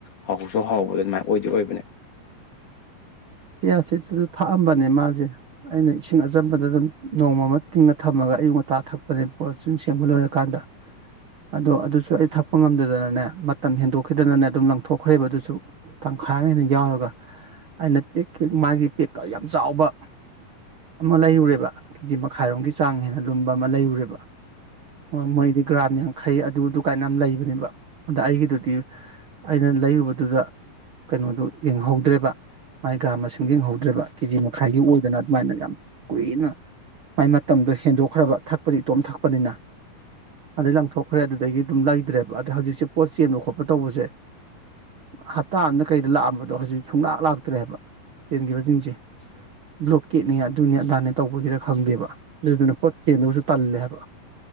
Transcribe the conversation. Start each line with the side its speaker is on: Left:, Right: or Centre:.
Left: ꯍꯥꯎꯁꯨ ꯍꯥꯎꯕꯗ ꯑꯗꯨꯃꯥꯏꯅ ꯑꯣꯏꯗꯤ ꯑꯣꯏꯕꯅꯦ
Right: ꯆꯤꯑꯥ ꯁꯤꯠꯇꯨꯁꯨ ꯊꯥꯛꯑꯝꯕꯅꯦ ꯃꯥꯁꯦ ꯑꯩꯅ ꯏꯁꯤꯡ ꯑꯆꯝꯕꯗ ꯑꯗꯨꯝ ꯅꯣꯡꯃ ꯑꯃ ꯇꯤꯡꯉ ꯊꯝꯃꯒ ꯑꯌꯨꯛ ꯉꯥꯟꯇꯥ ꯊꯛꯄꯅꯦꯕꯀꯣ ꯆꯤꯟ ꯁꯦꯝꯕ ꯂꯣꯏꯔ ꯀꯥꯟꯗ ꯑꯗꯣ ꯑꯗꯨꯁꯨ ꯑꯩ ꯊꯛꯄ ꯉꯝꯗꯗꯅꯅꯦ ꯃꯇꯝ ꯍꯦꯟꯗꯣꯛꯈꯤꯗꯅꯅꯦ ꯑꯗꯨꯝ ꯂꯪꯊꯣꯛꯈ꯭ꯔꯦꯕ ꯑꯗꯨꯁꯨ ꯇꯪꯈꯥꯏꯃ ꯍꯦꯟꯅ ꯌꯥꯎꯔꯒ ꯑꯩꯅ ꯄꯤꯛ ꯄꯤꯛ ꯃꯥꯒꯤ ꯄꯦꯛꯇ ꯌꯥꯝ ꯆꯥꯎꯕ ꯑꯃ ꯂꯩꯔꯨꯔꯦꯕ ꯀꯦꯖꯤ ꯃꯈꯥꯏꯔꯣꯝꯒꯤ ꯆꯥꯡ ꯍꯦꯟꯅ ꯂꯨꯝꯕ ꯑꯃ ꯂꯩꯔꯨꯔꯦꯕ ꯃꯣꯏ ꯃꯣꯏꯗꯤ ꯒ꯭ꯔꯥꯝ ꯌꯥꯡꯈꯩ ꯑꯗꯨ ꯑꯗꯨꯀꯥꯏꯅ ꯌꯥꯝ ꯂꯩꯕꯅꯦꯕ ꯑꯗ ꯑꯩꯒꯤꯗꯨꯗꯤ ꯑꯩꯅ ꯂꯩꯔꯨꯕꯗꯨꯗ ꯀꯩꯅꯣꯗꯨ ꯌꯦꯡꯍꯧꯗ꯭ꯔꯦꯕ ꯃꯥꯏ ꯒ꯭ꯔꯥꯝ ꯃꯁꯤꯡ ꯌꯦꯡꯍꯧꯗ꯭ꯔꯦꯕ ꯀꯦꯖꯤ ꯃꯈꯥꯏꯒꯤ ꯑꯣꯏꯗꯅ ꯑꯗꯨꯃꯥꯏꯅ ꯌꯥꯝ ꯀꯨꯏꯅ ꯃꯥꯏ ꯃꯇꯝꯗꯣ ꯍꯦꯟꯗꯣꯛꯈ꯭ꯔꯕ ꯊꯛꯄꯗꯤ ꯏꯇꯣꯝ ꯊꯛꯄꯅꯤꯅ ꯑꯗꯩ ꯂꯪꯊꯣꯛꯈ꯭ꯔꯦ ꯑꯗꯨꯗꯒꯤ ꯑꯗꯨꯝ ꯂꯩꯇꯗ꯭ꯔꯦꯕ ꯑꯗꯩ ꯍꯧꯖꯤꯛꯁꯦ ꯄꯣꯠ ꯆꯦꯟꯕ ꯈꯣꯠꯄ ꯇꯧꯕꯁꯦ ꯍꯞꯇꯥ ꯑꯃꯗ ꯀꯩꯗ ꯂꯥꯛꯑꯝꯕꯗꯣ ꯍꯧꯖꯤꯛ ꯁꯨꯡꯂꯥꯛ ꯂꯥꯛꯇ꯭ꯔꯦ ꯍꯥꯏꯕ ꯆꯦꯟꯈꯤꯕꯁꯤꯡꯁꯦ ꯕ꯭ꯂꯣꯀꯦꯠꯅꯦ ꯑꯗꯨꯅꯦ ꯑꯗꯥꯅꯦ ꯇꯧꯕꯒꯤꯔ ꯈꯪꯗꯦꯕ ꯑꯗꯨꯗꯨꯅ ꯄꯣꯠ ꯆꯦꯟꯗꯧꯁꯨ ꯇꯜꯂꯦ ꯍꯥꯏꯕ